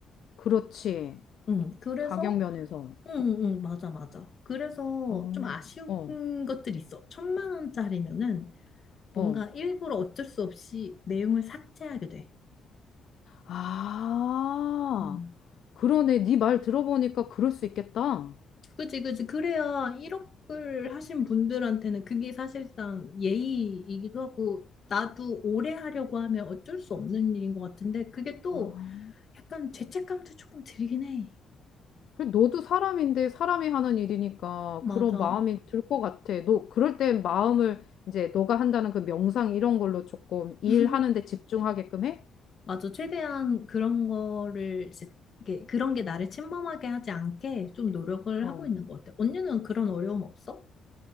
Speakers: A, on the left; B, on the left.
A: 그렇지.
B: 응, 그래서
A: 가격 면에서.
B: 응, 응, 응, 맞아, 맞아. 그래서
A: 어,
B: 좀 아쉬운
A: 어,
B: 것들이 있어. 천만 원짜리면은 뭔가
A: 어.
B: 일부러 어쩔 수 없이 내용을 삭제하게 돼.
A: 아,
B: 음.
A: 그러네. 네 말 들어보니까 그럴 수 있겠다.
B: 그지, 그지. 그래야 1억을 하신 분들한테는 그게 사실상 예의이기도 하고, 나도 오래 하려고 하면 어쩔 수 없는 일인 것 같은데, 그게 또
A: 아,
B: 약간 죄책감도 조금 들긴 해.
A: 그래, 너도 사람인데 사람이 하는 일이니까
B: 맞아.
A: 그런 마음이 들 것 같아. 너 그럴 땐 마음을 이제 너가 한다는 그 명상 이런 걸로 조금 일하는
B: <laughs>
A: 데 집중하게끔 해?
B: 맞아. 최대한 그런 거를, 이제 이게 그런 게 나를 침범하게 하지 않게 좀 노력을
A: 어.
B: 하고 있는 것 같아. 언니는 그런 어려움 없어?